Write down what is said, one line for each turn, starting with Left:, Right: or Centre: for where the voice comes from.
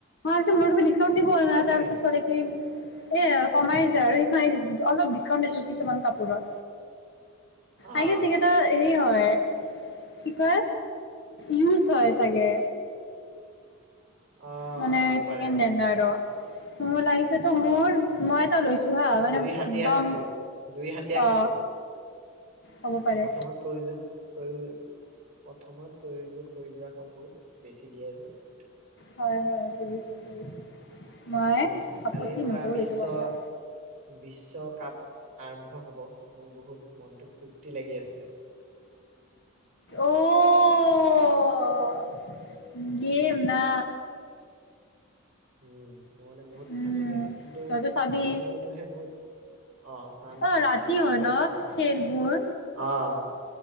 Left: ছে মোৰ দি <unintelligible> দিব
Right: কেনেকে?
Left: তাৰপিছত ক'লে কি এ কমাইছো আৰু সেই অলপ ডিচকাউন্ট দিছো কিছুমান কাপোৰত
Right: অ',
Left: আহে চিগ ত <unintelligible> হয় কি ক ইজ হয় চাগে
Right: অ',
Left: মানে
Right: হ'ব পাৰে
Left: চিকেন
Right: অ',
Left: দেন দ আৰু <unintelligible> ম লাগিছে
Right: অ',
Left: তো মোৰ মই এটা লৈছো হা মানে
Right: দুই হাতীয়া
Left: একদম
Right: কাপোৰ, দুই হাতীয়া
Left: অ
Right: কাপোৰ
Left: হ'ব পাৰে
Right: প্ৰথমত প্ৰয়োগ হওক প্ৰয়ো প্ৰথমত প্ৰয়োজোগ হৈ যোৱা কাপোৰ বেছি দিয়ে যে সেইটো
Left: হয় হয় বুজিছোঁ বুজিছোঁ মই
Right: উম
Left: আপত্তি
Right: কালিৰ পৰা
Left: নকৰোঁ
Right: বিশ্ব
Left: এইটো কথা
Right: বিশ্বকাপ আৰম্ভ হব মোৰ বহুত মনটো ফূৰ্তি লাগি আছে
Left: অ' গম ন <unintelligible>
Right: উম মোৰ মানে বহুত
Left: উম
Right: ভাল লাগি আছে কিন্তু
Left: তইতো চাবি
Right: সময়টোহে বহুত অ চাম
Left: অ'
Right: চোৱাটোতো
Left: ৰাতি
Right: মই
Left: হয়
Right: সদায়
Left: ন
Right: চাম
Left: খেলবোৰ
Right: অ <unintelligible>